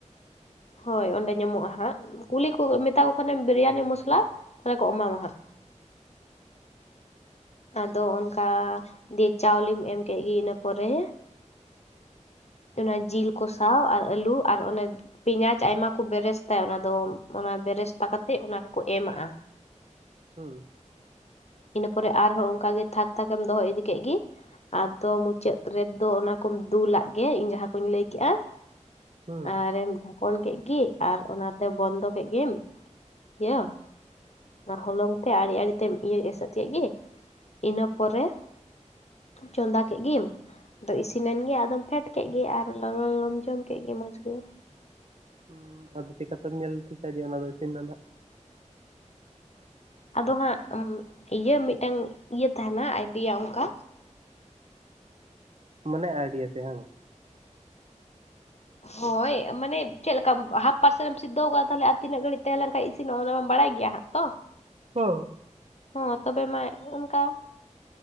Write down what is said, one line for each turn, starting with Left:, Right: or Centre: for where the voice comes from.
Left: ᱦᱳᱭ ᱚᱸᱰᱮ ᱧᱟᱢᱚᱜᱼᱟ ᱦᱟᱸᱜ ᱠᱩᱞᱤ ᱠᱚ ᱢᱮᱛᱟ ᱠᱚ ᱠᱷᱟᱱᱮᱢ ᱵᱤᱨᱤᱭᱟᱱᱤ ᱢᱚᱥᱞᱟ ᱛᱟᱦᱚᱞᱮ ᱠᱚ ᱮᱢᱟᱢᱟ ᱦᱟᱸᱜ᱾ ᱟᱫᱚ ᱚᱱᱠᱟ ᱫᱤᱭᱮ ᱪᱟᱣᱞᱮᱢ ᱮᱢ ᱠᱮᱜ ᱜᱮ ᱤᱱᱟᱹ ᱯᱚᱨᱮ ᱚᱱᱟ ᱡᱤᱞ ᱠᱚᱥᱟᱣ ᱟᱨ ᱟᱹᱞᱩ ᱟᱨ ᱚᱱᱮ ᱯᱮᱭᱟᱡᱽ ᱟᱭᱢᱟ ᱠᱚ ᱵᱮᱨᱮᱥ ᱛᱟᱭ ᱚᱱᱟ ᱫᱚ ᱚᱱᱟ ᱵᱮᱨᱮᱥᱛᱟ ᱠᱟᱛᱮᱫ ᱚᱱᱟ ᱨᱮᱠᱚ ᱮᱢᱟᱜᱼᱟ᱾
Right: ᱦᱩᱸ᱾
Left: ᱤᱱᱟᱹ ᱯᱚᱨᱮ ᱟᱨᱦᱚᱸ ᱚᱱᱠᱟ ᱜᱮ ᱛᱷᱟᱠ ᱛᱷᱟᱠᱮᱢ ᱫᱚᱦᱚ ᱤᱫᱤ ᱠᱮᱫ ᱜᱮ ᱟᱫᱚ ᱢᱩᱪᱟᱹᱫ ᱨᱮ ᱫᱚ ᱚᱱᱟ ᱠᱚᱢ ᱫᱞᱟᱫ ᱜᱮ ᱤᱧ ᱡᱟᱦᱟᱸ ᱠᱩᱧ ᱞᱟᱹᱭ ᱠᱜᱼᱟ
Right: ᱦᱩᱸ
Left: ᱟᱨᱮᱢ ᱠᱚᱱ ᱠᱮᱫ ᱜᱮ ᱟᱨ ᱚᱱᱟᱛᱮ ᱵᱚᱱᱫᱚ ᱠᱮᱫ ᱜᱮᱢ ᱤᱭᱟᱹ ᱚᱱᱟ ᱦᱚᱞᱚᱝ ᱛᱮ ᱟᱲᱮ ᱟᱲᱮ ᱛᱮᱢ ᱤᱭᱟᱹ ᱮᱥᱮᱫ ᱠᱮᱫ ᱜᱮ ᱤᱱᱟᱹ ᱯᱚᱨᱮ ᱪᱚᱸᱫᱟ ᱠᱮᱫ ᱜᱮᱢ, ᱟᱫᱚ ᱤᱥᱤᱱᱮᱱ ᱜᱮ ᱟᱫᱚᱢ ᱯᱷᱮᱰ ᱠᱮᱫ ᱜᱮ ᱟᱨ ᱞᱚᱞᱚ ᱞᱚᱞᱚᱢ ᱡᱚᱢ ᱠᱮᱫ ᱜᱮ ᱢᱚᱡᱽ ᱜᱮ᱾
Right: ᱦᱩᱸ ᱟᱫᱚ ᱪᱮᱠᱟᱛᱮᱢ ᱧᱮᱞ ᱴᱷᱤᱠᱟ ᱡᱮ ᱚᱱᱟ ᱫᱚ ᱤᱥᱤᱱᱮᱱᱟ ᱦᱟᱸᱜ?
Left: ᱟᱫᱚ ᱦᱟᱸᱜ ᱤᱭᱟᱹ ᱢᱤᱫᱴᱟᱝ ᱤᱭᱟᱹ ᱛᱟᱦᱮᱸᱱᱟ ᱟᱭᱰᱤᱭᱟ ᱚᱝᱠᱟ
Right: ᱢᱟᱱᱮ ᱟᱭᱰᱤᱭᱟ ᱛᱮ ᱦᱟᱝ?
Left: ᱦᱳᱭ ᱢᱟᱱᱮ ᱪᱮᱫ ᱞᱮᱠᱟᱢ ᱦᱟᱯ ᱯᱟᱨᱥᱮᱱ ᱮᱢ ᱥᱤᱫᱷᱟᱹᱣ ᱠᱟᱫᱟ ᱛᱟᱦᱚᱞᱮ ᱟᱨ ᱛᱤᱱᱟᱹᱜ ᱜᱷᱟᱹᱲᱤᱡ ᱛᱟᱦᱮᱸ ᱞᱮᱱ ᱠᱷᱟᱡ ᱤᱥᱤᱱ ᱱᱚᱸᱜᱼᱟ ᱚᱱᱟᱢᱟᱢ ᱵᱟᱲᱟᱭ ᱜᱮᱭᱟ ᱦᱟᱸᱜ ᱛᱚ?
Right: ᱦᱩᱸ᱾
Left: ᱦᱚᱸ ᱛᱚᱵᱮ ᱢᱟ ᱚᱱᱠᱟ᱾